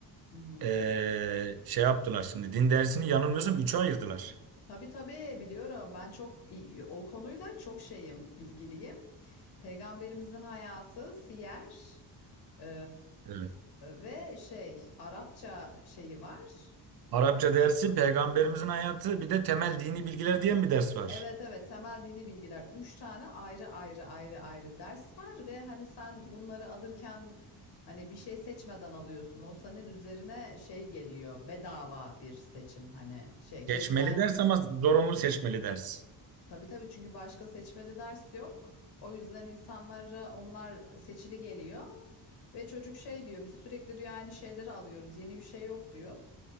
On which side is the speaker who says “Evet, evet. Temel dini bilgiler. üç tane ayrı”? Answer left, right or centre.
Left